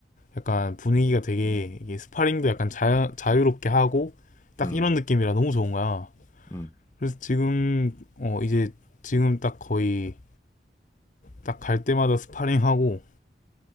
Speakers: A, on the left; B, on the left.
A: 약간 분위기가 되게
B: 음,
A: 이게 스파링도 약간 자, 자유롭게 하고 딱
B: 음,
A: 이런 느낌이라 너무 좋은 거야.
B: 음,
A: 그래서 지금 어 이제 지금 딱 거의 딱 갈 때마다 스파링하고